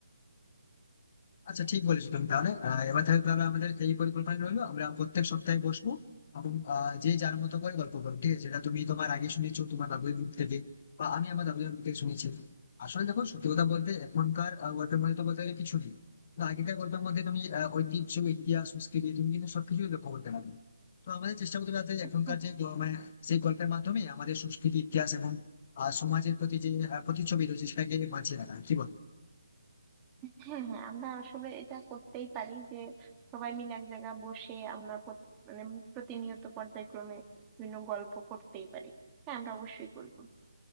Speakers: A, on the left (about 40°); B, on the right (about 15°).
A: আচ্ছা ঠিক বলেছো তুমি তাহলে আহ, এবার তাহলে তাহলে আমাদের এই পরিকল্পনা রইলো আমরা প্রত্যেক সপ্তাহে বসবো এবং আহ, যে যার মতো করে গল্প করবো ঠিক আছে এটা তুমি তোমার আগে শুনেছো তোমার দাদুর মুখ থেকে বা আমি আমার দাদুর মুখ থেকে শুনেছি আসলে দেখো সত্যি কথা বলতে এখনকার আহ, গল্পের মধ্যে তো বলতে গেলে কিছু নেই কিন্তু আগেকার গল্পের মধ্যে তুমি আহ, ঐতিহ্য ইতিহাস সংস্কৃতি তুমি কিন্তু সবকিছুই লক্ষ্য করতে পারবে তো আমাদের চেষ্টা করতে হবে যাতে এখনকার
B: হ্যাঁ
A: যে গ- মানে সেই গল্পের মাধ্যমে আমাদের সংস্কৃতি ইতিহাস এবং আহ, সমাজের প্রতি যে আহ, প্রতিচ্ছবি রয়েছে সেটাকে বাঁচিয়ে রাখা কি বল
B: হ্যাঁ হ্যাঁ, আমরা আসলে এটা করতেই পারি যে সবাই মিলে এক জায়গায় বসে আমরা প্রত- মানে প্রতিনিয়ত পর্যায়ক্রমে বিভিন্ন গল্প করতেই পারি হ্যাঁ আমরা অবশ্যই করবো